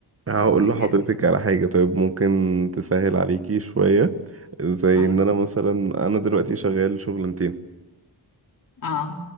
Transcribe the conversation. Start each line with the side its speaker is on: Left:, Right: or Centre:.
Right: هقول
Left: متهيألي
Right: لحضرتك على حاجة طيب ممكن تسهل عليكي شوية زي
Left: اي
Right: ان انا مثلا انا دلوقتي شغال شغلانتين
Left: اه